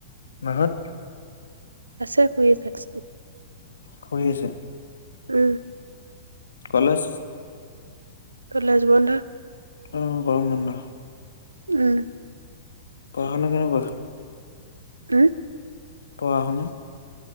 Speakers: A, on the left; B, on the right.
A: মাহঁত?
B: আছে শুই আছে বিছনাত।
A: শুই আছে?
B: উম।
A: কলেজ?
B: কলেজ বন্ধ।
A: অ', গৰম বন্ধ।
B: উম।
A: পঢ়া শুনা কেনে গ'ল?
B: হুউম
A: পঢ়া-শুনা